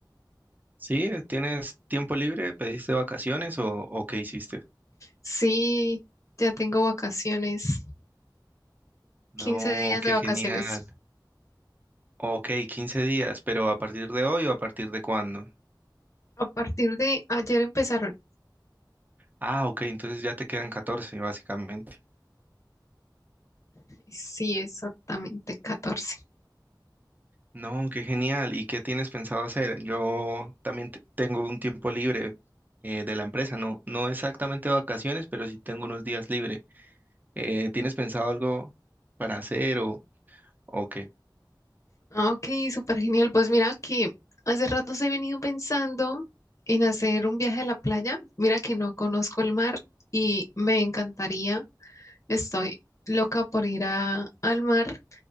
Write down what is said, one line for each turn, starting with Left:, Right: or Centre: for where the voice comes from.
Right: Sí, ¿tienes tiempo libre? ¿Pediste vacaciones o, o qué hiciste?
Left: Sí, ya tengo vacaciones,
Right: No,
Left: 15 días
Right: qué
Left: de vacaciones.
Right: genial. Ok, 15 días, pero ¿a partir de hoy o a partir de cuándo?
Left: A partir de ayer empezaron.
Right: Ah, ok, entonces ya te quedan 14, básicamente.
Left: Sí, exactamente, catorce.
Right: No, qué genial. ¿Y qué tienes pensado hacer? Yo también te- tengo un tiempo libre eh, de la empresa, no, no exactamente vacaciones, pero sí tengo unos días libre. Eh, ¿tienes pensado algo para hacer o, o qué?
Left: Ah, Ok, súper genial. Pues mira que hace rato he venido pensando en hacer un viaje a la playa. Mira que no conozco el mar y me encantaría. Estoy loca por ir a- al mar